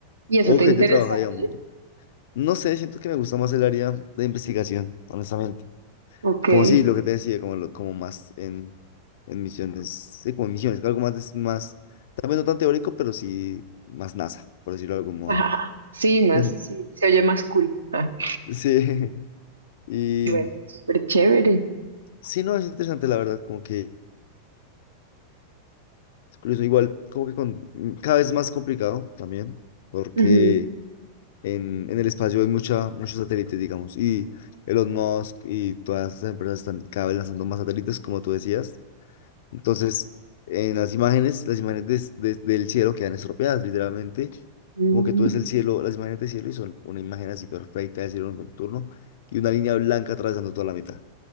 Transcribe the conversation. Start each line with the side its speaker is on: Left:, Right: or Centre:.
Right: ¿Y eso
Left: O
Right: te
Left: gente
Right: interesaría?
Left: trabaja, digamos, no sé, siento que me gusta más el área de investigación, honestamente.
Right: Ok.
Left: Como
Right: <laughs>
Left: sí, lo que te decía, como, lo- como más en, en misiones, sí, como en misiones, algo más, des- más, también no tan teórico, pero sí más NASA, por decirlo de algún modo.
Right: Ajá. Sí, más,
Left: <laughs>
Right: sí, se oye más cool. <laughs> Ah,
Left: Sí. Y
Right: Bueno, súper chévere.
Left: sí, no, es interesante la verdad, como que es curioso, igual como que con, mm, cada vez más complicado también, porque
Right: Ujú.
Left: en, en el espacio hay mucha, muchos satélites, digamos, y Elon Musk y todas estas empresas están cada vez lanzando más satélites, como tú decías. Entonces, en las imágenes, las imágenes des- des- del cielo quedan estropeadas, literalmente,
Right: Mm,
Left: como que tú ves el cielo, las imágenes del cielo y son una imagen así perfecta del cielo nocturno y una línea blanca atravesando toda la mitad